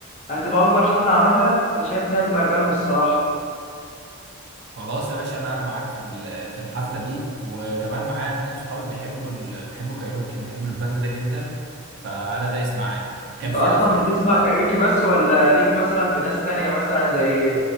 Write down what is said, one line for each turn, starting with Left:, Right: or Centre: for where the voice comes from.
Left: هتبقى اكبر حفله عملها فشايف انها هتبقى جامده الصراحه
Right: خلاص يا باشا أنا أنا معاك في ال- في الحفلة دي وكمان معايا اتنين صحابي بيحبوا ال... بيحبوا كايروكي بيحبوا الباند ده جدا فأنا دايس معاك كان
Left: انت
Right: في
Left: اصلا
Right: على فكرة
Left: بتسمع
Right: حفلة
Left: كاريوكي بس ولا ليك مثلا في ناس تانية مثلا زي